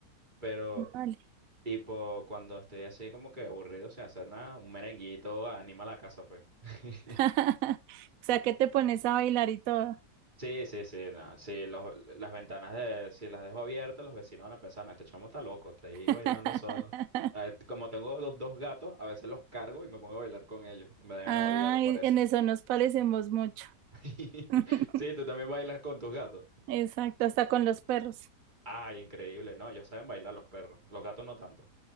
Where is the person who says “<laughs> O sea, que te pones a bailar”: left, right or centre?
Right